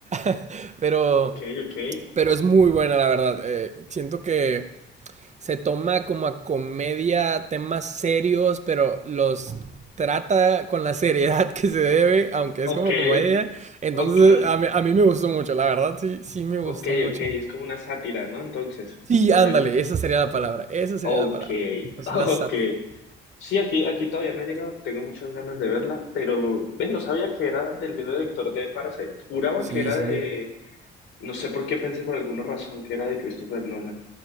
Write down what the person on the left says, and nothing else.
Ok, ok.
Ok,
ok.
Ok,
ok. Es como una sátira, ¿no? Entonces,
podríamos...
Ok,
<laughs>
ok.
Sí, aquí, aquí todavía no he llegado, tengo muchas ganas de verla, pero ves, no sabía que era del mismo director de Parasite. Juraba
que era
de, no sé por qué pensé por alguna razón que era de Christopher Nolan,